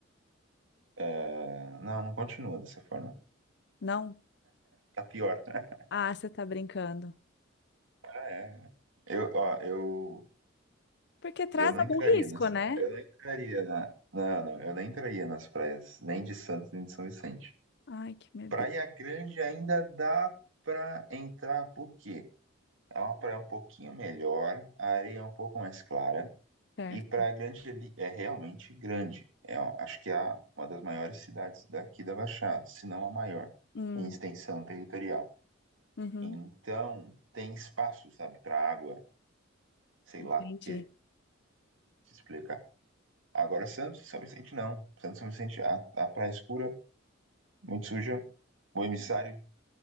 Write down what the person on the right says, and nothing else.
é, não, não continua dessa forma.
Tá pior. <laughs>
Ah, é. Eu, ó, eu,
eu não
entraria
nessa.
Eu não entraria na. Não, não, eu não entraria nas praias, nem de Santos, nem de São Vicente.
Praia
Grande ainda dá pra entrar, por quê? É uma praia um pouquinho melhor, a areia é um pouco mais clara.
E Praia Grande ali é realmente grande. É, ó, acho que é a- uma das maiores cidades daqui da Baixada, se não a maior,
em extensão territorial.
Então, tem espaço, sabe, para água, sei
lá, que te explicar. Agora, Santos e São Vicente não. Santos e São Vicente, a, a praia escura, muito suja. O emissário,